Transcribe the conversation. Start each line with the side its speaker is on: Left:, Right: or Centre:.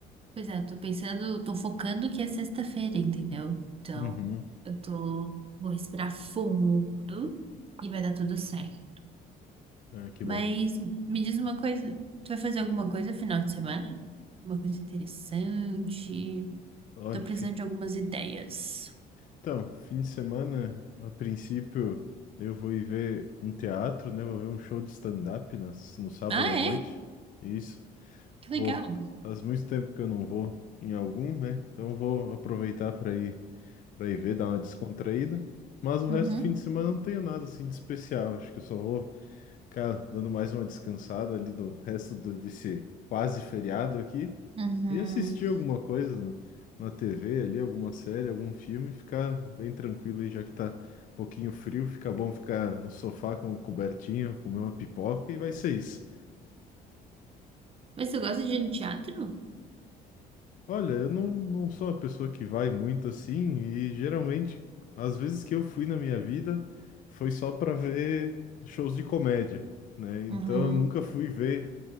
Right: Pois é, eu tô pensando, tô focando que é sexta-feira, entendeu? Então,
Left: Uhum.
Right: eu tô, vou respirar fundo e vai dar tudo certo.
Left: Ah, que
Right: Mas
Left: bom.
Right: me diz uma coisa, tu vai fazer alguma coisa no final de semana? Uma coisa interessante?
Left: Olha,
Right: Tô precisando
Left: fi...
Right: de algumas ideias.
Left: então, fim de semana, a princípio, eu vou ir ver um teatro, né? Vou ver um show de stand-up nas- no sábado
Right: Ah,
Left: à noite.
Right: é?
Left: Isso,
Right: Que
Left: vou.
Right: legal.
Left: Faz muito tempo que eu não vou em algum, né? Então vou aproveitar para ir para ir ver, dar uma descontraída. Mas o
Right: Uhum,
Left: resto do fim de semana eu não tenho nada assim de especial. Acho que eu só vou Cara, dando mais uma descansada ali do resto do- desse quase feriado aqui
Right: uhum.
Left: e assistir alguma coisa no- na TV ali, alguma série, algum filme, e ficar bem tranquilo aí, já que tá um pouquinho frio, fica bom ficar no sofá com uma cobertinha, comer uma pipoca e vai ser isso.
Right: Mas tu gosta de ir no teatro?
Left: Olha, eu não, não sou uma pessoa que vai muito assim e geralmente, às vezes que eu fui na minha vida, foi só pra ver shows de comédia, né? Então
Right: Uhum.
Left: eu nunca fui ver